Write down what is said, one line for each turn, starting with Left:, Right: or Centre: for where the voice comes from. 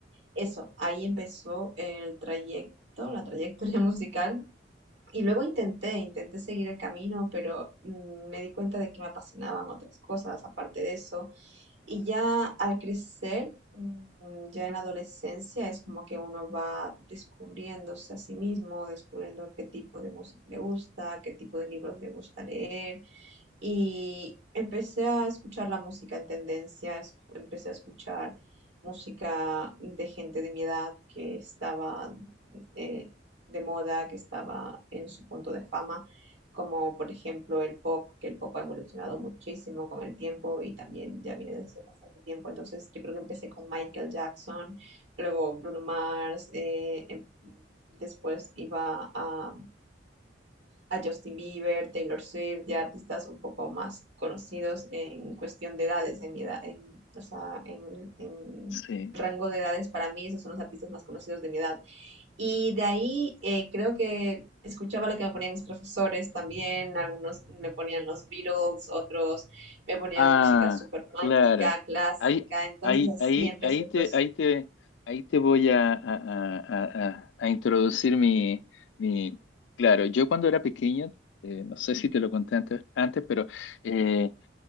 Right: eso, ahí empezó el trayecto, la trayectoria <laughs> musical. Y luego intenté, intenté seguir el camino, pero mm, me di cuenta de que me apasionaban otras cosas aparte de eso. Y ya al crecer, mm, ya en la adolescencia, es como que uno va descubriéndose a sí mismo, descubriendo qué tipo de música le gusta, qué tipo de libros le gusta leer y empecé a escuchar la música en tendencia, escu- empecé a escuchar música de gente de mi edad que estaba eh, de moda, que estaba en su punto de fama, como por ejemplo el pop, que el pop ha evolucionado muchísimo con el tiempo y también ya viene desde bastante tiempo. Entonces yo creo que empecé con Michael Jackson, luego Bruno Mars, eh, em- después iba a a Justin Bieber, Taylor Swift, ya artistas un poco más conocidos en cuestión de edades, en mi edad, en, o sea, en, en
Left: Sí.
Right: rango de edades para mí, esos son los artistas más conocidos de mi edad. Y de ahí eh, creo que escuchaba lo que me ponían mis profesores también, algunos me ponían los Beatles, otros me ponían
Left: Ah,
Right: música súper romántica,
Left: claro.
Right: clásica,
Left: Ahí,
Right: entonces
Left: ahí,
Right: así
Left: ahí,
Right: empezó
Left: ahí
Right: el
Left: te,
Right: proceso.
Left: ahí te, ahí te voy a, a- a- a- a introducir mi, mi- Claro, yo cuando era pequeño, eh, no sé si te lo conté antes, antes, pero eh,